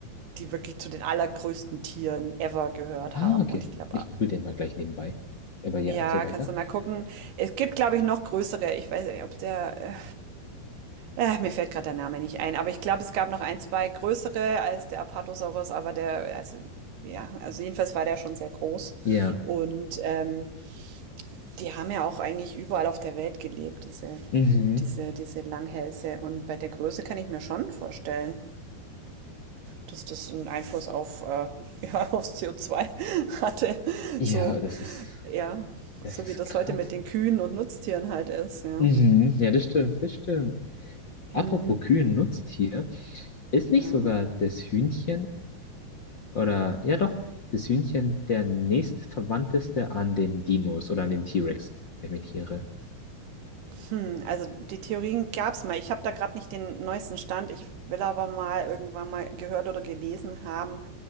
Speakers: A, on the right; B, on the left.
A: die wirklich zu den allergrößten Tieren ever gehört
B: Ah,
A: haben.
B: okay.
A: Und ich glaube,
B: Ich google den mal gleich nebenbei. Aber ja,
A: ja,
B: erzähl weiter.
A: kannst du mal gucken. Es gibt, glaube ich, noch größere. Ich weiß nicht, ob der äh, Äh, mir fällt gerade der Name nicht ein, aber ich glaube, es gab noch ein, 2 größere als der Apatosaurus, aber der, also, ja, also jedenfalls war der schon sehr groß.
B: Ja.
A: Und ähm, die haben ja auch eigentlich überall auf der Welt gelebt, diese,
B: Mhm.
A: diese, diese Langhälse. Und bei der Größe kann ich mir schon vorstellen, dass das einen Einfluss auf, äh, <laughs> ja, aufs CO2 <laughs> hatte.
B: Ja,
A: So,
B: das ist,
A: ja,
B: das
A: so
B: ist
A: wie das
B: krass.
A: heute mit den Kühen und Nutztieren halt ist, ja.
B: Mhm. Ja, das stimmt, das stimmt. Apropos
A: Hm,
B: Kühe, ein Nutztier, ist
A: ja.
B: nicht sogar das Hühnchen oder ja doch, das Hühnchen der nächstverwandteste an den Dinos oder an den T-Rex, wenn ich mich nicht irre.
A: Hm, also die Theorien gab's mal. Ich habe da gerade nicht den neuesten Stand. Ich will aber mal irgendwann mal gehört oder gelesen haben,